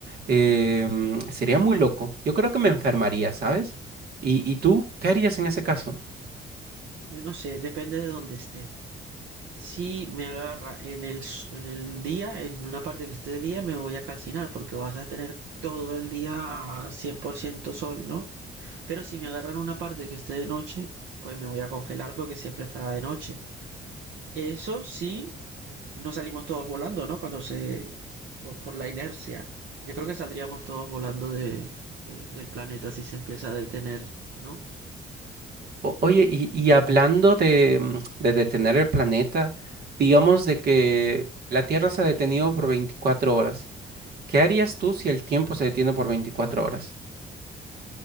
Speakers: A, on the right (about 55°); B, on the right (about 75°).
A: Eh, sería muy loco. Yo creo que me enfermaría, ¿sabes? ¿Y, y tú qué harías en ese caso?
B: Yo no sé, depende de dónde esté. Si me agarra en el, s- en el día, en una parte que esté de día, me voy a calcinar porque vas a tener todo el día 100% sol, ¿no? Pero si me agarra en una parte que esté de noche, pues me voy a congelar porque siempre estará de noche. Eso sí, no salimos todos volando, ¿no? Cuando se... por, por la inercia. Yo creo que saldríamos todos volando de, de- del planeta si se empieza a detener, ¿no?
A: O- Oye, y, y hablando de, mm, de detener el planeta, digamos de que la Tierra se ha detenido por 24 horas. ¿Qué harías tú si el tiempo se detiene por 24 horas?